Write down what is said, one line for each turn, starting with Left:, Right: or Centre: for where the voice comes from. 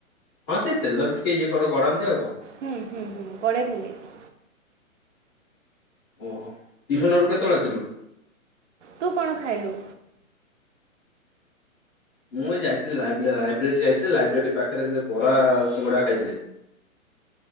Left: ହଁ ସେଇ ତେଲରେ ଟିକେ ଇଏ କର ଗଡାନ୍ତି ଆଉ କଣ?
Right: ହୁଁ ହୁଁ ହୁଁ <unintelligible>
Left: ଓହୋ ଟିଉସନ ରୁ କେତେବେଳେ ଆସିଲୁ।
Right: ତୁ କଣ ଖାଇଲୁ?
Left: ମୁଁ ଯାଇଥିଲି ଲାଇବ୍ରେଲୀ ଯାଇଥିଲି ଲାଇବ୍ରେରୀ ଲାଇବ୍ରେରୀ ପାଖରେ ସେ ବରା ସିଙ୍ଗଡ଼ା ଖାଇଥିଲି।